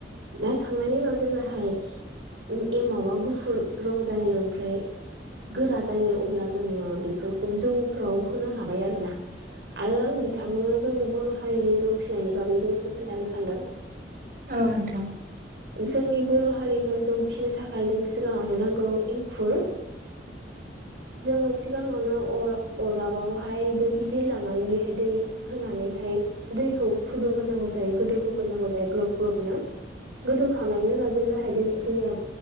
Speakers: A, on the right (about 80°); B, on the right (about 55°).
A: नायखांनायनि उनाव जेब्लाहाय एमावा गुफुर रं जायो ओमफ्राय गोरा जायो अब्ला जोङो बेफोरखौ जौफ्राव होनो हाबाय आरोना आरो आं बिथांनो जोंनि बर' हारिनि जौ फिनायनि बागैबो एसे खोन्थानो सानदों
B: औ नोंथां
A: जोंनि बर' हारिखौ जों फिनो थाखाय जों सिगाङावनो नांगौ एंखुर
B: <inaudible>
A: जोंङो सिगांङावनो अरदाबावहाय दै गिदिर लानानै बेहाय दै होनानैहाय दैखौ फुदुंग्रोनांगौ जायो गोदौहोग्रोनांगौ जायो ग्लब ग्लबनो गोदौखांनायनि उनाव जेब्लाहाय दै दैया